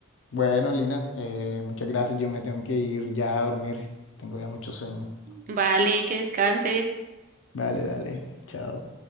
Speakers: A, on the left; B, on the right.
A: bueno, Lina, eh, muchas gracias, yo me tengo que ir ya a dormir, tengo ya mucho sueño.
B: Vale, que descanses.
A: Vale, dale, chao.